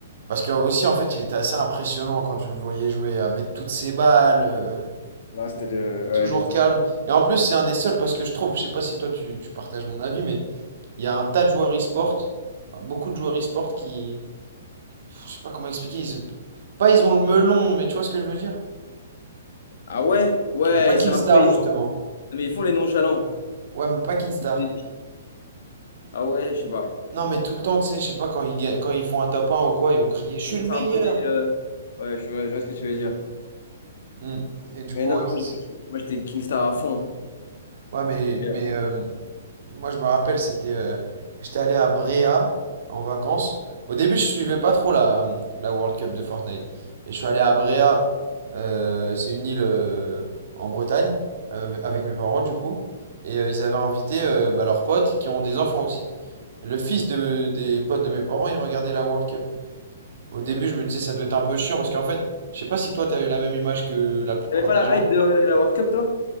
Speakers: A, on the right; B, on the left.
A: Parce que aussi, en fait, il était assez impressionnant quand tu le voyais jouer, à mettre toutes ses balles, euh,
B: Là, c'était le.
A: toujours
B: ouais, il
A: calme.
B: était-
A: Et en plus, c'est un des seuls, parce que je trouve, je sais pas si toi tu, tu partages mon avis, mais Il y a un tas de joueurs e-sport, enfin, beaucoup de joueurs e-sport qui, je sais pas comment expliquer, ils, pas ils ont le melon, mais tu vois ce que je veux dire?
B: Ah ouais? Ouais,
A: Mais pas Kinstar
B: c'est un peu. ils
A: justement.
B: font- Mais ils font les nonchalants.
A: Ouais, mais pas Kinstar.
B: Les petits- Ah ouais, je sais pas.
A: Non, mais tout le temps, tu sais, je sais pas, quand ils, ga- quand ils font un top un ou quoi, ils vont crier, je suis
B: Comme
A: le
B: C'est
A: meilleur!
B: un peu des. euh, Ouais, je vois, je vois ce que tu veux dire.
A: Hmm. Et du coup,
B: Mais non,
A: ouais, Kins-
B: moi je- moi, j'étais Kingstar à fond. hein.
A: ouais, mais,
B: Yeah.
A: mais euh, Moi, je me rappelle, c'était, euh, j'étais allé à Bréa en vacances. Au début, je suivais pas trop la, hum, la World Cup de Fortnite. Et je suis allé à Bréa, euh, c'est une île euh, en Bretagne, euh, avec mes parents du coup. Et euh, ils avaient invité euh, bah, leurs potes qui ont des enfants aussi. Le fils de, des potes de mes parents, il regardait la World Cup. Au début, je me disais, ça doit être un peu chiant parce qu'en fait, je sais pas si toi, t'avais la même image que la plupart
B: T'avais pas
A: des
B: la
A: gens.
B: hype de regarder la World Cup, toi?